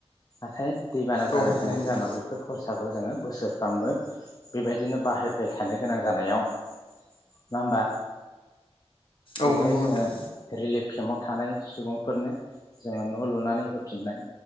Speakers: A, on the left; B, on the left.
A: नाथाय दैबाना जाबाय
B: औ
A: थानायनि
B: नंगौ नोंथां
A: जाहोनाव बेफोर खरसाखौ जोङो बोसोरफ्रामबो बेबायदिनो बाहायबाय थानो गोनां जानायाव नङा होमबा? जेरैहाय
B: औ नोंगौ
A: जोङो
B: नोंथां।
A: रिलिफ केम्पाव थानाय सुबुंफोरनो जोङो न' लुनानै होफिननाय